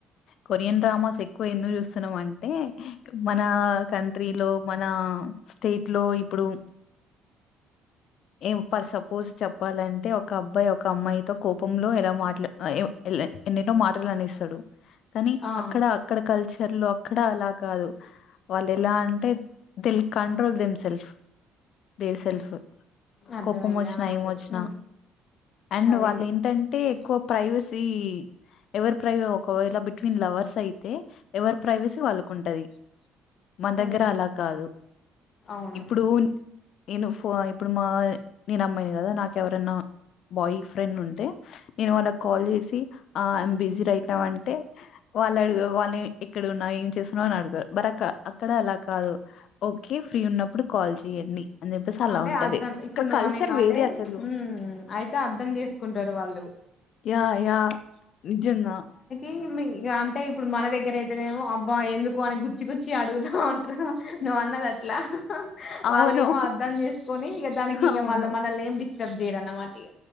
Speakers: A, on the left; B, on the left.
A: కొరియన్ డ్రామాస్ ఎక్కువ ఎందుకు చూస్తున్నాం అంటే మన కంట్రీలో మన స్టేట్ లో ఇప్పుడు ఏ పర్ సపోజ్ చెప్పాలంటే ఒక అబ్బాయి ఒక అమ్మాయితో కోపంలో ఎలా మాట్లా ఎమో ఎలా ఎన్నెన్నో మాటలు అనేస్తడు కానీ
B: ఆ
A: అక్కడ అక్కడ కల్చ చెలు అక్కడ అలా కాదు వాళ్ళు ఎలా అంటే తెలు control them self their self
B: అర్థమైంది
A: కోపం వచ్చినా
B: ఆ
A: ఏమి
B: అదే
A: వచ్చినా
B: ఉమ్
A: అండ్
B: అదే
A: వాళ్ళు ఏంటంటే ప్రైవసీ ఎవరు ప్రైవ ఒకవేళ బిట్వీన్ లవర్స్ అయితే ఎవరి ప్రైవసీ వాళ్ళకు ఉంటది మన దగ్గర
B: ఉమ్
A: అలా కాదు
B: అవును
A: ఇప్పుడు నేను ఫో ఇప్పుడు మా నేను అమ్మాయిని కదా నాకు ఎవరన్నా బాయ్ ఫ్రెండ్ ఉంటే నేను వాళ్ళకి కాల్ చేసి ఆ యామ్ బిజీ రైట్ నౌ అంటే వాళ్ళు అడు వాళ్ళు ఎక్కడున్నా ఏం చేస్తున్నావు అని అడుగుతారు బట్ అక్కడ అలా కాదు ఓకే ఫ్రీ ఉన్నప్పుడు కాల్ చేయండి అని చెప్పేసి అలా
B: అంటే
A: ఉంటది
B: అర్ధం ఇప్పుడు
A: అక్కడ
B: నువ్
A: కల్చర్
B: అనే మాటే
A: వేరే అసలు
B: హ్మ్ అయితే అర్ధం చేసుకుంటారు వాళ్ళు
A: యా యా నిజంగా
B: క అంటే ఇప్పుడు మన దగ్గర అయితేనేమో అబ్బా ఎందుకు అని గుచ్చి గుచ్చి అడుగుతా ఉంటారు నువవు అన్నది అట్లా
A: అవును
B: వాళ్ళ ఏమో అర్ధం చేసుకోని ఇక దానికి
A: అవును
B: ఇక మళ్ళ మనల్ని సబ్ జీ ఇరన్న మాగా